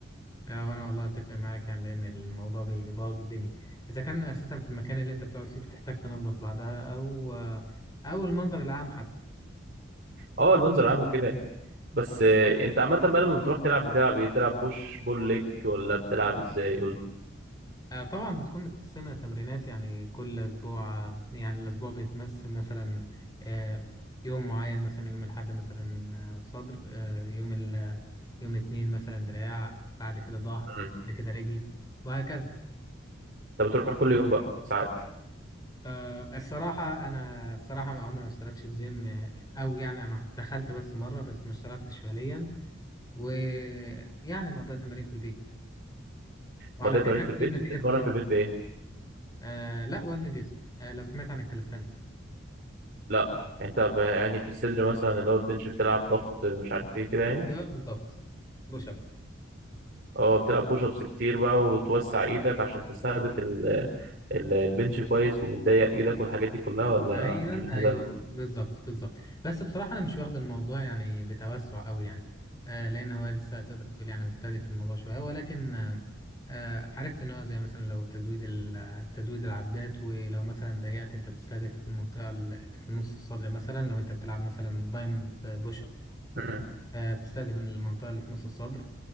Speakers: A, on the left; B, on the right.
A: او انا والله اتفق معاك يعني لان الموضوع بيبوظ الدنيا اذا كان اساسا في المكان اللي انت بتقعد فيه بتحتاج تنظف بعدها او آه، او المنظر العام حتى
B: اه اللي بنزل عام وكده يعني. بس آه، انت عامه بقى لما بتروح تلعب بتلعب ايه بتلعب بوش بول ليج ولا بتلعب ازاي قول
A: آه، طبعا بتكون متقسمة تمرينات يعني كل أسبوع آه، يعني الأسبوع بيتمثل مثلا آه، يوم معين مثلا يوم الأحد مثلا آه، صدر آه، يوم ال يوم اتنين مثلا دراع بعد كده ظهر
B: لي.
A: بعد كده رجل وهكذا
B: انت بتروح كل يوم بقى ساعات
A: آه، الصراحة أنا الصراحة ما عمري ما اشتركتش في جيم آه، أو يعني أنا دخلت بس مرة بس ما اشتركتش فعليا ويعني مقضية تمارين في البيت وعلى
B: مضيت
A: فكرة
B: تمارين في
A: بتجيب
B: البيت
A: نتيجة
B: بتتمرن
A: كويسة
B: في البيت بايه
A: آه، لا وزن جسم آه، لو سمعت عن الكاليستانكس
B: لا يعني انت ب- يعني في الصدر مثلا اللي هو البنش بتلعب ضغط مش عارف ايه كده يعني
A: ايوه بالظبط بوش اب
B: اه بتلعب بوش ابس كتير بقى وتوسع ايدك عشان تستهدف ال ال- البنش كويس وتضيق ايدك والحاجات دي كلها ولا
A: ايوه
B: مش بتهتم
A: ايوه بالظبط بالظبط بس بصراحه انا مش واخد الموضوع يعني بتوسع قوي يعني آه لان هو لسه تقدر تقول يعني مبتدئ في الموضوع شويه ولكن آه آه، عرفت ان هو زي مثلا لو تزويد ال- تزويد العدات ولو مثلا ضيقت انت بتستهدف المنطقه اللي في نص الصدر مثلا لو انت بتلعب مثلا دايموند بوش اب
B: مم.
A: آه بتستهدف المنطقه اللي في نص الصدر